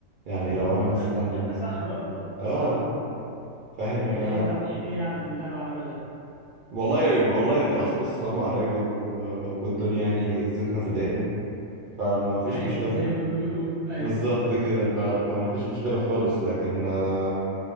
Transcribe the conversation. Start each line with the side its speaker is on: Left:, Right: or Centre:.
Right: يعني لو انا مثلا
Left: أي... انت صح برضو انت
Right: اه
Left: صح
Right: آه، فاهم يعني
Left: طب إيه
Right: انا
Left: انت رايك ايه يعني في اللي انا بعمله ده
Right: والله والله ده أصل بص طالما قرايبك و... والدنيا يعني زيتنا في دقيقنا فما
Left: <laughs>
Right: فيش
Left: ايوه
Right: مشكلة
Left: زي ما بيقولوا ايوه
Right: بالظبط كده ف... فما فيش مشكلة خالص لكن آه،